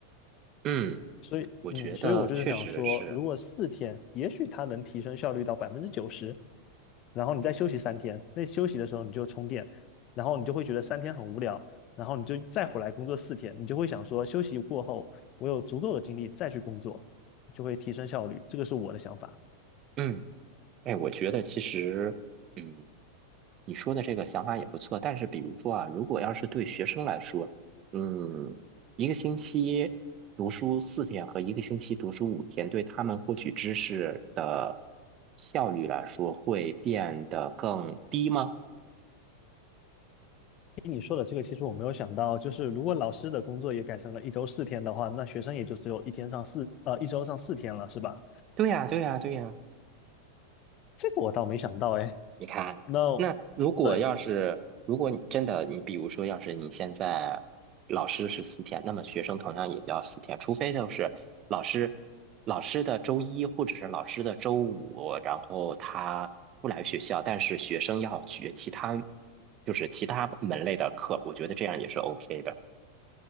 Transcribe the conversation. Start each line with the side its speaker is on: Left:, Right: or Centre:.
Right: 嗯，
Left: 所以，
Right: 我觉得确实是，
Left: 嗯，所以我就是想说，如果四天，也许它能提升效率到百分之九十，然后你再休息三天，那休息的时候你就充电，然后你就会觉得三天很无聊，然后你就再回来工作四天，你就会想说，休息过后我有足够的精力再去工作，就会提升效率。这个是我的想法。
Right: 嗯，哎，我觉得其实，嗯。你说的这个想法也不错，但是比如说啊，如果要是对学生来说，嗯，一个星期读书四天和一个星期读书五天，对他们获取知识的效率来说，会变得更低吗？
Left: 听你说的这个，其实我没有想到，就是如果老师的工作也改成了一周四天的话，那学生也就只有一天上四，呃，一周上四天了，是吧？
Right: 对呀，对呀，对呀。
Left: 这个我倒没想到，哎，
Right: 你看，
Left: 那。
Right: 那如果要是，
Left: 对，
Right: 如果你真的，你比如说，要是你现在老师是四天，那么学生同样也要四天，除非就是老师老师的周一或者是老师的周五，然后他不来学校，但是学生要学其他就是其他门类的课，我觉得这样也是 OK 的。